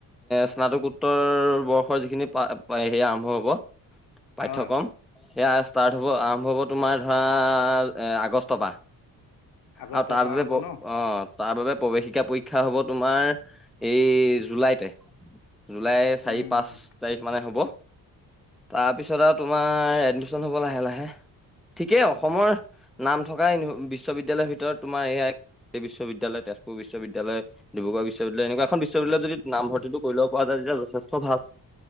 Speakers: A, in the centre; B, on the left.
A: স্নাতকোত্ত সত্তৰ বৰ্ষৰ যিখিনি হে আৰম্ভ হব পাঠ্্যক্ৰম
B: হয়
A: সেয়া ষ্টাৰ্ট হ'ব আৰম্ভ হ'ব তোমাৰ ধৰা আগষ্টৰ পৰা
B: আগষ্টৰ
A: আৰু তাৰ
B: পৰা
A: বাবে
B: হ'ব ন
A: অঁ তাৰ বাবে প্ৰৱেশিকা পৰীক্ষা হব তোমাৰ এই জুলাইতে জুলাই চাৰি
B: উম
A: পাঁচ তাৰিখ মানে হ'ব তাৰপিছত আৰু তোমাৰ এডমিশন হব লাহে লাহে ঠিকেই অসমৰ
B: অ
A: নাম থকা বিশ্ববিদ্যালয়ৰ ভিতৰত তোমাৰ এইয় বিশ্ববিদ্যয় তেজপুৰ বিশ্ববিদ্যালয় ডিব্ৰুগ় বিশ্ববিদালয় এনেকুৱ এখন বিশবি্যালয়ত যদি নামৰ্তিটো কৰিব পৰা যতি যথ স্বভাৱ